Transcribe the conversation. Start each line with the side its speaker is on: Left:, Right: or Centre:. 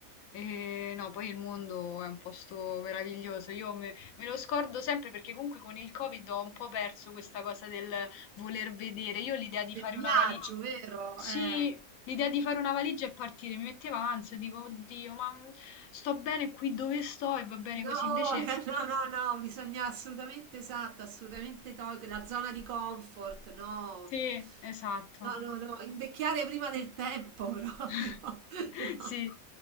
Left: E no, poi il mondo è un posto meraviglioso. Io me, me lo scordo sempre perché comunque con il Covid ho un po' perso questa cosa del voler vedere. Io l'idea di
Right: Del
Left: fare
Right: viaggio,
Left: una valigia.
Right: vero?
Left: Sì,
Right: Eh.
Left: l'idea di fare una valigia e partire mi metteva ansia, dico, oddio, ma sto bene qui dove sto e va bene
Right: No,
Left: così. Invece,
Right: <laughs> no, no, no, bisogna assolutamente, esatto, assolutamente togliere la zona di comfort, no,
Left: sì, esatto.
Right: no, no, no, invecchiare prima del tempo proprio,
Left: <laughs>
Right: <laughs> no.
Left: Sì,